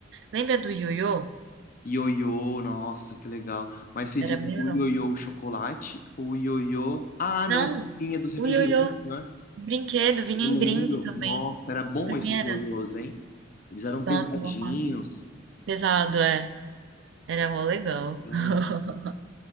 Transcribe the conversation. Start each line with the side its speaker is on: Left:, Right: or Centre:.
Right: Lembra do ioiô?
Left: Ioiô, nossa, que legal. Mas você
Right: Era
Left: diz
Right: meio
Left: o ioiô chocolate ou o ioiô... Ah, não,
Right: Não,
Left: vinha dos refrigerantes,
Right: o ioiô
Left: né?
Right: brinquedo vinha
Left: Eu
Right: em
Left: lembro.
Right: brinde também.
Left: Nossa, era bom
Right: Pra quem
Left: esses
Right: era?
Left: ioiôs, hein? Eles eram
Right: Nossa,
Left: pesadinhos.
Right: eu amava. Pesado, é. Era mó legal.
Left: Então,
Right: <laughs>